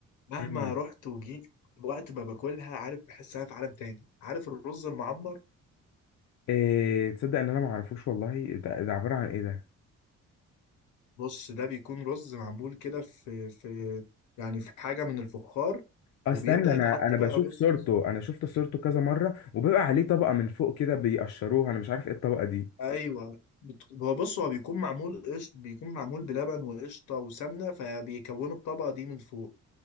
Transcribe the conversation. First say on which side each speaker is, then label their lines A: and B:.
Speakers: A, on the left; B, on the left.
A: مهما
B: مم.
A: رحت وجيت وقت ما باكلها عارف بحس انا في عالم تاني عارف الرز المعمر
B: إيه تصدق ان انا ما اعرفوش والله ده, ده عباره عن ايه ده
A: بص ده بيكون رز معمول كده في في يعني في حاجة من الفخار
B: استنى
A: وبيبدأ يتحط
B: انا انا
A: بقى
B: بشوف
A: رز
B: صورته انا شفت صورته كذا مره وبيبقى عليه طبقه من فوق كده بيقشروها انا مش عارف ايه الطبقه دي
A: ايوه بت- هو بص هو بيكون معمول قش بيكون معمول بلبن وقشطة وسمنة فبيكونوا الطبقة دي من فوق